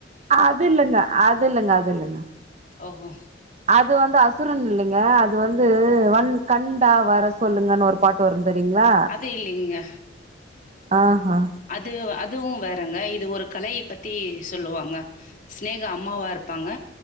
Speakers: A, on the right (about 35°); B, on the left (about 45°).
A: அது இல்லங்க அத் து இல்லங்க அது இல்லங்க
B: ஓஹோ
A: அது வந்து அசு சுரன் இல்லைங்க அது வந்து வந் கண்டா வர சொல்லுங்கன் ஒரு பாட்டு வரு வரீங்ளா
B: அது இல்லைங்க
A: அ ஹா
B: அதுவ் அதுவு வேறங்க இது ஒரு கலை பத்தி சொல்லுவாங்க ஸ்நேகா அம்மாவா இருப்பாங்க